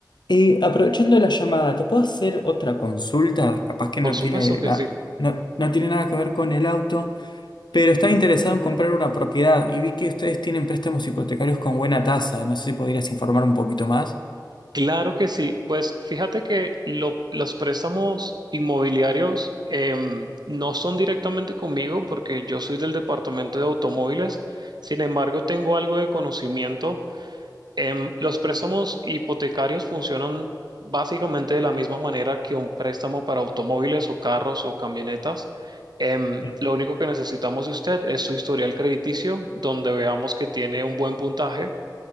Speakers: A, on the left (about 80°); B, on the right (about 65°).
A: Eh, aprovechando la llamada, ¿te puedo hacer otra consulta? Capaz que
B: Por
A: no
B: supuesto
A: tiene,
B: que
A: na-
B: sí.
A: no, no tiene nada que ver con el auto. Pero estaba interesado en comprar una propiedad y vi que ustedes tienen préstamos hipotecarios con buena tasa. No sé si podrías informar un poquito más.
B: Claro que sí. Pues fíjate que lo- los préstamos inmobiliarios em, no son directamente conmigo porque yo soy del departamento de automóviles. Sin embargo, tengo algo de conocimiento Em, los préstamos hipotecarios funcionan básicamente de la misma manera que un préstamo para automóviles o carros o camionetas. Em,
A: Bien,
B: lo único que necesitamos de usted es su historial crediticio, donde veamos que tiene un buen puntaje.